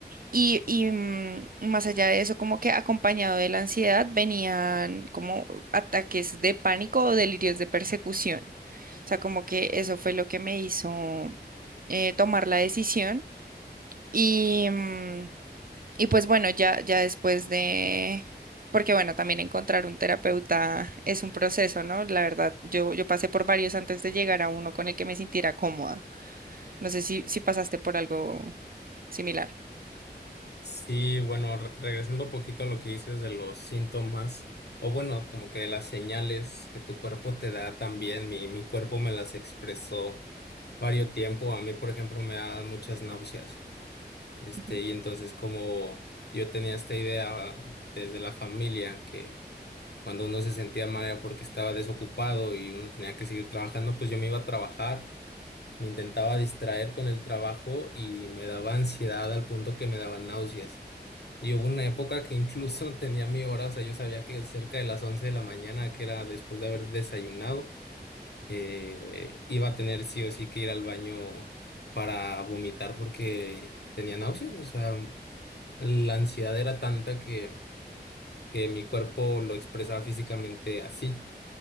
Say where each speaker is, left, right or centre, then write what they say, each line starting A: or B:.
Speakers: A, on the right; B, on the left.
A: Y, y, mm, más allá de eso, como que acompañado de la ansiedad venían como ataques de pánico o delirios de persecución. O sea, como que eso fue lo que me hizo eh, tomar la decisión. Y, mm, y pues bueno, ya, ya después de, porque bueno, también encontrar un terapeuta es un proceso, ¿no? La verdad, yo, yo pasé por varios antes de llegar a uno con el que me sintiera cómoda. No sé si, si pasaste por algo similar.
B: Sí, bueno, re- regresando un poquito a lo que dices de los síntomas, o bueno, como que de las señales que tu cuerpo te da también, mi, mi cuerpo me las expresó varios tiempo, a mí por ejemplo me dan muchas náuseas, este,
A: Ujú.
B: y entonces como yo tenía esta idea desde la familia que cuando uno se sentía mal era porque estaba desocupado y uno tenía que seguir trabajando, pues yo me iba a trabajar me intentaba distraer con el trabajo y me daba ansiedad al punto que me daban náuseas. Y hubo una época que incluso <laughs> tenía mi hora, o sea, yo sabía que cerca de las 11 de la mañana, que era después de haber desayunado, eh, iba a tener sí o sí que ir al baño para vomitar porque tenía náuseas. O sea, la ansiedad era tanta que, que mi cuerpo lo expresaba físicamente así